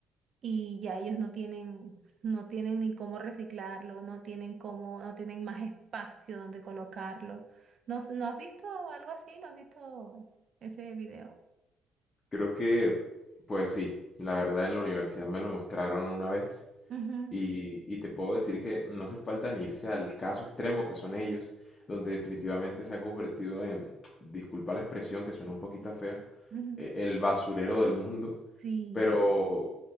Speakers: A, on the right; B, on the left.
A: y ya ellos no tienen... No tienen ni cómo reciclarlo, no tienen cómo, no tienen más espacio donde colocarlo. ¿No, no has visto algo así? ¿No has visto ese video?
B: Creo que, pues sí, la verdad en la universidad me lo mostraron una vez
A: Ujú,
B: Y, y te puedo decir que no hace falta ni irse al caso extremo que son ellos, donde definitivamente se han convertido en, disculpa la expresión que suena un poquito fea,
A: ujú.
B: e- el basurero del mundo.
A: Sí,
B: Pero